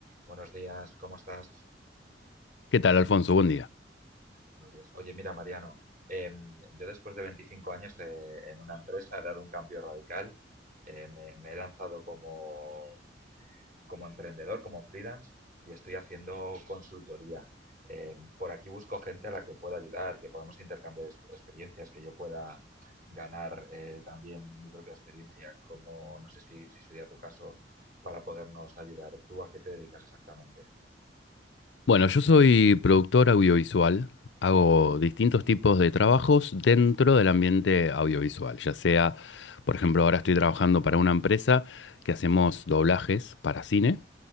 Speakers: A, on the right; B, on the left.
A: Buenos días, ¿cómo estás?
B: ¿Qué tal, Alfonso? Buen día.
A: Buenos días. Oye, mira, Mariano, em, yo después de 25 años eh, en una empresa he dado un cambio radical. eh, me, me he lanzado como, como emprendedor, como freelance, y estoy haciendo consultoría. Em, por aquí busco gente a la que pueda ayudar, que podamos intercambiar ex- experiencias, que yo pueda ganar eh, también mi propia experiencia, como no sé si, si sería tu caso, para podernos ayudar. ¿Tú a qué te dedicas exactamente?
B: Bueno, yo soy productor audiovisual, hago distintos tipos de trabajos dentro del ambiente audiovisual, ya sea, por ejemplo, ahora estoy trabajando para una empresa que hacemos doblajes para cine.